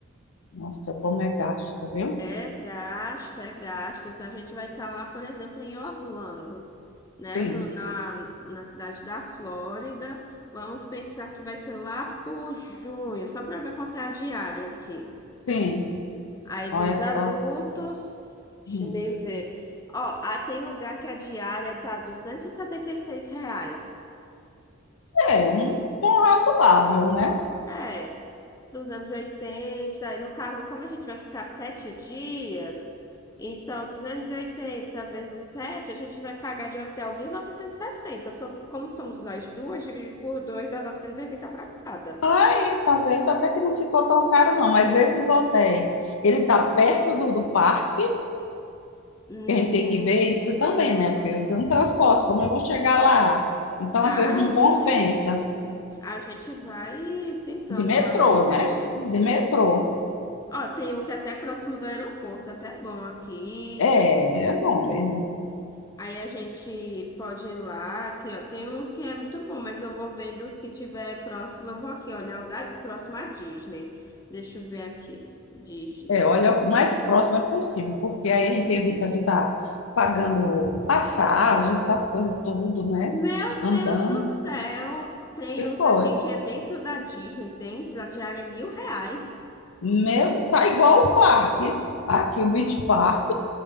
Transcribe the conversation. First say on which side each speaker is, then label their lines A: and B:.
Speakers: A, on the left; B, on the left.
A: Nossa, como é gasto, viu?
B: É gasto, é gasto. Então a gente vai estar lá, por exemplo, em Orlando, né?
A: Sim,
B: No- na, na cidade da Flórida. Vamos pensar que vai ser lá por junho, só para ver quanto é a diária aqui.
A: sim.
B: Aí dois
A: Olha só.
B: adultos, deixa
A: Hum.
B: eu me ver. Ó, ah, tem lugar que a diária tá R$ 276 reais.
A: É, um, um razoável, né?
B: É. duzentos e oitenta e no caso, como a gente vai ficar sete dias, então 280 vezes 7 a gente vai pagar de hotel 1.960 só que como somos nós duas, divide por dois, dá 980 para cada.
A: Aí, tá vendo? Até que não ficou tão caro, não. Mas esses hotéis, ele tá perto do, do parque,
B: Hum,
A: que a gente tem que ver isso também, né? Porque eu tenho um transporte, como eu vou chegar lá? Então,
B: a
A: às vezes, não
B: gente,
A: compensa.
B: a gente vai tentando
A: De metrô,
B: lá a sorte.
A: né? De metrô.
B: Ó, tem um que é até próximo do aeroporto, até bom aqui.
A: É, é bom mesmo.
B: Aí a gente pode ir lá, aqui, ó. Tem uns que é muito bom, mas eu vou vendo os que tiver próximo. Eu vou aqui olha o da próxima Disney. Deixa eu ver aqui. Disney.
A: É, olha, o mais próximo é possível, porque aí a gente evita de estar pagando passagem, essas coisas tudo, né?
B: Meu
A: Andando.
B: Deus do céu! Tem
A: E
B: uns
A: foi.
B: aqui que é dentro da Disney, dentro, a diária é mil reais.
A: Meu, tá igual o parque. Aqui, o Beach Park,